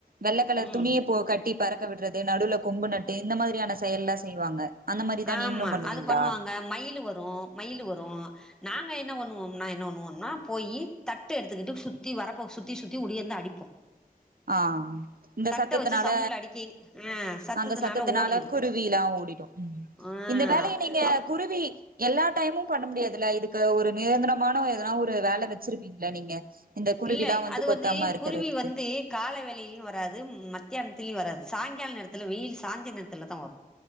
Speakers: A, on the right (about 70°); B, in the centre.
A: வெள்ளக்கல
B: ம்
A: துணிய போ கட்டி பறக்க விடுறது நடுவுல கொம்பு நட்டு இந்த மாதிரியான செயல்லா செய்வாங்க அந்த மாரிதா
B: ஆமா
A: நீங்களு பண்ணுவீங்ளா
B: அது பண்ணுவாங்க மயிலு வரு மயிலு வரு நாங்க என்ன பண்ணுவோம்னா என்ன பண்ணுவோம்னா போயி தட்டு எடுத்துக்குட்டு சுத்தி வரப்போ சுத்தி சுத்தி உடியேந்து அடிப்போ
A: ஆ இந்த
B: தட்ட
A: சத்தத்தனால
B: வச்சு சவுண்ட்ல அடிக்கி ஆ சத்தத்துனால
A: அந்த சத்தத்தனால
B: ஓடிரு
A: குருவில்லா ஓடிடு ம்
B: ஆ
A: இந்த வேலைய நீங்க
B: அப்
A: குருவி எல்லா டைமும் பண்ண முடியாதுல்ல இதுக்கு ஒரு நிரந்தரமான எதனா ஒரு வேல வெச்சிருப்பீங்ள நீங்க இந்த குருவிலா
B: இல்லை அது
A: கொத்தாம
B: வந்து
A: இருக்கறதுக்கு
B: குருவி வந்து கால வேலையிலயு வராது மத்தியானத்துலயு வராது சாய்ங்கால நேரத்துல வெயில் சாஞ்ச நேரத்துல தா வரு